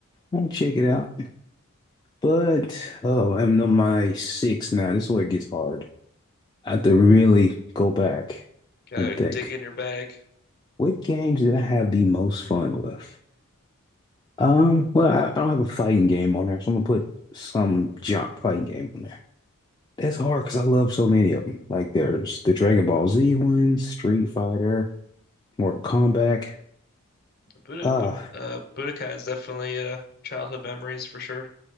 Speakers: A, on the left; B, on the left.
A: I'll check it out. But oh, I'm on my six now. This is where it gets hard. I have to really go back
B: Gotta
A: and think.
B: dig in your bag.
A: What games did I have the most fun with? Um, well, I, I don't have a fighting game on there, so I'm gonna put some junk fighting game on there. That's hard because I love so many of them. Like there's the Dragon Ball Z ones, Street Fighter, Mortal Kombat.
B: Bud
A: Uh,
B: Bu- uh, Budokai is definitely uh, childhood memories for sure.